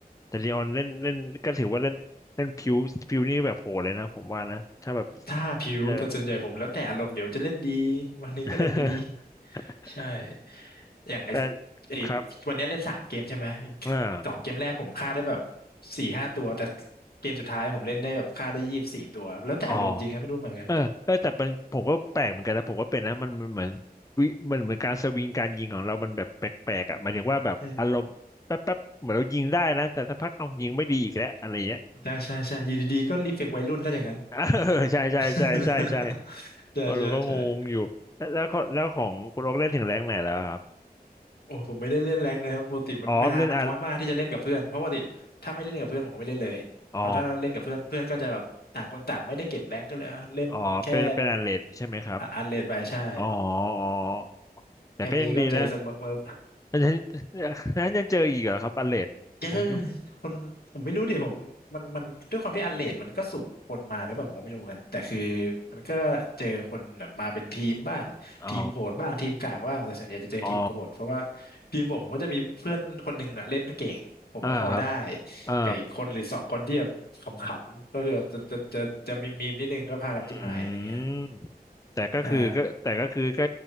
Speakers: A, on the left (about 20°); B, on the left (about 75°).
A: แต่ลีออนเล่นเล่นก็ถือว่าเล่นเล่นผิวผิวนี่แบบโหดเลยนะผมว่านะถ้าแบบ
B: ถ้าผิวแต่ส่วนใหญ่ผมแล้วแต่อารมณ์เดี๋ยวจะเล่นดี
A: เจอ
B: วันนี้ก็เล่นไม่ดี
A: <laughs>
B: ใช่อย่างไอ้
A: แต่
B: ไอ้
A: ครับ
B: วันนี้เล่นสามเกมใช่ไหม
A: อ่า
B: สองเกมแรกผมฆ่าได้แบบสี่ห้าตัวแต่เกมสุดท้ายผมเล่นได้แบบฆ่าได้ยี่สิบสี่ตัวแล้วแต่อารมณ์จริงครับไม่รู้เหมือนกัน
A: อ๋อเออเออแต่มันผมก็แปลกเหมือนกันนะผมก็เป็นนะมันมันเหมือนวิมันเหมือนการสวิงการยิงของเรามันแบบแปลกๆอ่ะหมายถึงว่าแบบอารมณ์แป๊บแป๊บเหมือนเรายิงได้นะแต่สักพักเอายิงไม่ดีอีกแล้วอะไรเงี้ย
B: ใช่ใช่ใช่ใช่อยู่ดีๆก็รีเฟกวัยรุ่นถ้าอย่างนั้น
A: <laughs> เออใช่ใช่ใช่ใช่ใช่
B: <laughs> ใช่ใช่ใช่
A: เราก็งงอยู่แล้วแล้วของแล้วของคุณโอ๊กเล่นถึงแรงไหนแล้วครับ
B: โอ้ยผมไม่ได้เล่นแรงค์เลยครับปกติมันเวลามันน้อยมากที่จะเล่นกับเพื่อนเพราะปกติถ้าไม่เล่นกับเพื่อนผมก็ไม่เล่นเลยเพราะถ้าเล่นกับเพื่อนเพื่อนก็จะแบบต่างคนต่างไม่ได้เก็บแรงค์ก็เลยอ่ะเล่นแค่
A: อ๋อเล่น อ๋ออ๋อเป็นเป็นอันเลดใช่ไหมครับ
B: อันเลดไปใช่
A: อ๋ออ๋อแต่ก็ยังดีนะ
B: แค่นี้ก็เจอเสมอ
A: <laughs> มันจะนั้นยังเจออีกเหรอครับอันเลดผมอยู่
B: เจอคนผมไม่รู้ดิผมมันมันด้วยความที่อันเลดมันก็สุ่มคนมาหรือเปล่าผมก็ไม่รู้เหมือนกันแต่คือมันก็เจอคนแบบมาเป็นทีมบ้างทีมโหดบ้างทีมกากบ้างแต่ส่วนใหญ่จะเจอทีมโหดเพราะว่า
A: อ๋ออ๋อ
B: ทีมผมก็จะมีเพื่อนคนหนึ่งอะเล่นเก่งผมว่าพอได้
A: อ่าครับอ่า
B: กับอีกคนหรือสองคนที่แบบขำๆก็คือจะจะจะจะมีมีมนิดนึงก็พากันจิ้มหายอะไรเงี้ย
A: อืมแต่ก็คือก็แต่ก็คือก็
B: ใช่